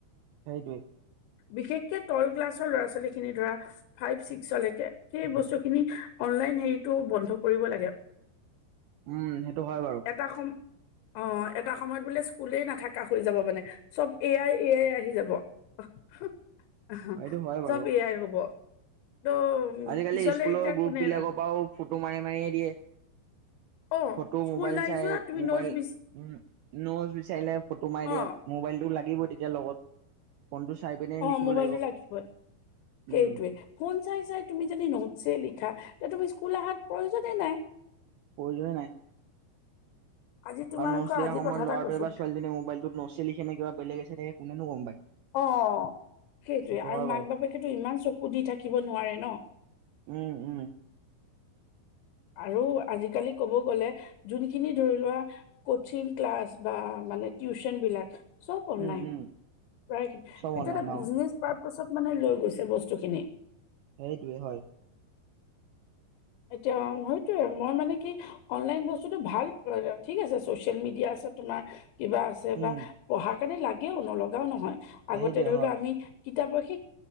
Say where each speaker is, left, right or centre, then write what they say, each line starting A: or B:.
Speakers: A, on the right (about 80°); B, on the left (about 80°).
A: সেইটোৱেই।
B: বিশেষকে তল ক্লাছৰ ল'ৰা-ছোৱালীখিনি ধৰা। ফাইভ, ছিক্সলৈকে সেই বস্তুখিনি অনলাইন হেৰিটো বন্ধ কৰিব লাগে।
A: উম! সেইটো হয় বাৰু।
B: এটা সময় অঁ এটা সময়ত বোলে স্কুলেই নাথাকা হৈ যাব মানে। চব এআই-এআই আহি যাব। <unintelligible>
A: সেইটো হয় বাৰু
B: চব এআই হ'ব। ত'
A: আজিকালি
B: পিছলে
A: স্কুলৰ
B: এতিয়া
A: গ্ৰুপবিলাকৰ
B: কোনে
A: পৰাও ফটো মাৰি-মাৰিহে দিয়ে।
B: অ',
A: ফটো
B: স্কুল
A: মোবাইল
B: নাই
A: চাই
B: যোৱা তুমি
A: মোবাইল
B: নোটছ বিচ
A: উম নোটজ বিচাৰিলে ফটো মাৰি
B: অ',
A: দিয়ে। মোবাইলটো লাগিব তেতিয়া লগত। ফোনটো চাই পিনে
B: অঁ!
A: লিখিব
B: মোবাইলটো
A: লাগিব
B: লাগিবই
A: উম
B: সেইটোৱেই। ফোন চাই-চাই তুমি যদি নোটছে লিখা তেতিয়া তুমি স্কুল অহাৰ প্ৰয়োজনেই নাই।
A: প্ৰয়োজনেই নাই।
B: আজি তোমাৰ
A: আৰু নোটছ
B: ক
A: লিখা
B: আজি
A: সময়ত
B: কথা
A: ল'ৰাটোৱে
B: এটা কৈছো
A: বা ছোৱালীজনীয়ে মবাইলটো নোটছ লিখে নে কিবা বেলেগ লিখে নে কোনেনো গম পায়?
B: অঁ! সেইটোৱে।
A: সেইটো
B: আৰু
A: হয়
B: মাক-বাপেকেতো
A: বাৰু
B: ইমান চকু দি থাকিব নোৱাৰে ন।
A: উম-উম!
B: আৰু আজিকালি ক'ব গ'লে যোনখিনি ধৰি লোৱা কচিং ক্লাছ বা মানে টিউচন বিলাক চব অনলাইন,
A: উম উম
B: প্ৰায়
A: চব
B: এইটো
A: অনলাইন
B: এটা বিজনেছ
A: অ
B: পাৰপচত মানে লৈ গৈছে বস্তুখিনি।
A: সেইটোৱে হয়।
B: এতিয়া সেইটোৱে মই মানে কি অনলাইন বস্তুটো ভাল বাৰু, ঠিক আছে চচিয়েল মিডিয়া আছে তোমাৰ কিবা আছে যে
A: উম
B: বা পঢ়াৰ কাৰণে লাগেও নলগাও নহয়
A: সেইটোৱে
B: আগতে ধৰিলোৱা
A: হয়
B: আমি কিতাপৰ সেই